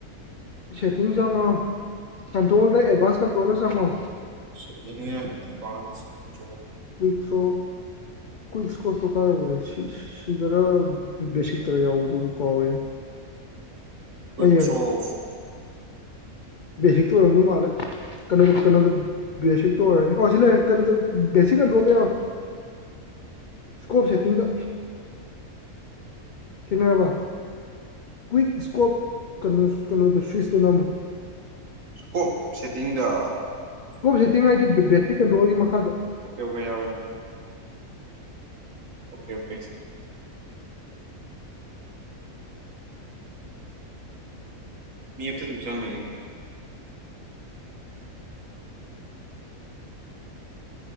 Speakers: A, on the left; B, on the right.
A: ꯁꯦꯠꯇꯤꯡ ꯆꯪꯉꯣ ꯀꯟꯇ꯭ꯔꯣꯜꯗ ꯑꯦꯗꯚꯥꯟꯁ ꯀꯟꯇ꯭ꯔꯣꯜꯗ ꯆꯪꯉꯣ
B: ꯁꯦꯠꯇꯤꯡ ꯑꯦꯗꯚꯥꯟꯁ ꯀꯟꯇ꯭ꯔꯣꯜ
A: ꯀꯨꯏꯊ꯭ꯔꯣ ꯀꯨꯋꯤꯛ ꯊꯔꯣ ꯀꯥꯏ ꯌꯧꯈꯔꯦ ꯁꯤꯗꯔ ꯕꯦꯁꯤꯛꯇꯔ ꯌꯥꯎꯕꯗꯨꯕꯨ ꯀꯥꯎꯔꯦ
B: ꯀꯨꯋꯤꯛ
A: ꯑꯩ ꯌꯦꯡ
B: ꯊꯔꯣ
A: ꯕꯦꯁꯤꯛꯇ ꯑꯣꯏꯔꯝꯗꯧ ꯃꯥꯜꯂꯦ ꯀꯩꯅꯣꯗ ꯀꯩꯅꯣꯗ ꯕꯦꯁꯛꯇ ꯑꯣꯏꯔꯅꯤ ꯑꯣ ꯁꯤꯂꯩꯔꯦ ꯕꯦꯁꯤꯛ ꯑꯟꯗꯔꯣꯗ ꯌꯥꯎꯔꯦ ꯏꯁꯀꯣꯞ ꯁꯦꯠꯇꯤꯡꯗ ꯊꯦꯡꯅꯔꯕ ꯀ꯭ꯋꯤꯛ ꯁ꯭ꯀꯣꯞ ꯀꯩꯅꯣ ꯀꯩꯅꯣꯗꯣ ꯁ꯭ꯋꯤꯁꯇꯣꯅꯝꯃꯣ
B: <unintelligible> ꯁꯦꯇꯤꯡꯗꯥ
A: <unintelligible> ꯁꯦꯇꯤꯡ ꯍꯥꯏꯗꯤ ꯕꯦ ꯕꯦꯠꯇ꯭ꯔꯤ ꯀꯟꯇ꯭ꯔꯣꯜꯒꯤ ꯃꯈꯥꯗ
B: ꯑꯣꯀꯦ ꯑꯣꯀꯦ ꯌꯥꯎꯔꯦ ꯑꯣꯀꯦ ꯑꯣꯀꯦ ꯃꯦꯞꯇ ꯑꯗꯨꯝ ꯆꯪꯂꯩ